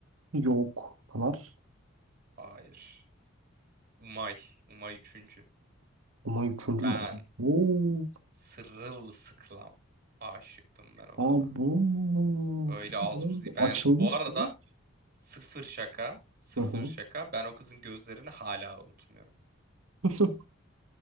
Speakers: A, on the right (about 85°); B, on the right (about 50°).
A: Yok. Pınar.
B: Hayır. Umay. Umay üçüncü.
A: Umay üçüncü
B: Ben
A: mü? Oo.
B: sırılsıklam aşıktım ben o
A: Abo.
B: kıza. Öyle
A: Peki
B: az
A: ne oldu?
B: buz değil. Ben
A: Açıldı
B: bu
A: mı
B: arada
A: senin?
B: sıfır şaka, sıfır
A: Hı hı.
B: şaka. Ben o kızın gözlerini hala unutmuyorum.
A: <laughs>